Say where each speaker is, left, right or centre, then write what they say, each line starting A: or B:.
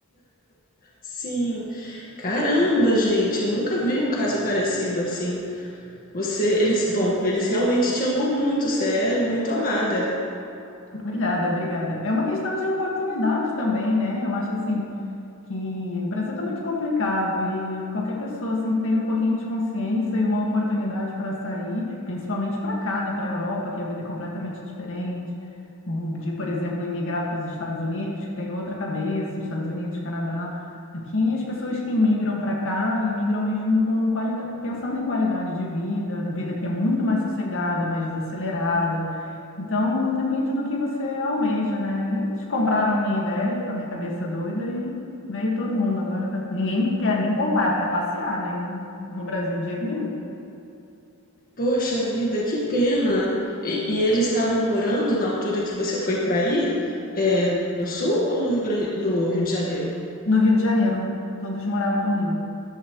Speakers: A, on the left; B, on the left.
A: sim. Caramba, gente, eu nunca vi um caso parecido assim. Você, eles, bom, eles realmente te amam muito, você é muito amada.
B: Obrigada, obrigada. É uma questão de oportunidade também, né? Eu acho assim que o Brasil está muito complicado e qualquer pessoa assim que tem um pouquinho de consciência e uma oportunidade para sair, principalmente para cá, né, para a Europa, que a vida é completamente diferente, hum, de, por exemplo, imigrar para os Estados Unidos, que tem outra cabeça, Estados Unidos, Canadá. Aqui as pessoas que imigram para cá, imigram mesmo com qualidade, pensando em qualidade de vida, vida que é muito mais sossegada, mais desacelerada então, depende do que você almeja, né? E eles compraram a minha ideia com a minha cabeça doida e veio todo mundo. Agora tá- ninguém quer nem voltar para passear, né? No Brasil, de jeito nenhum.
A: Poxa vida, que pena. E, e eles estavam morando na altura que você foi pra ir? É, no sul ou no Rio Grande, no Rio de Janeiro?
B: No Rio de Janeiro, todos moravam no Rio.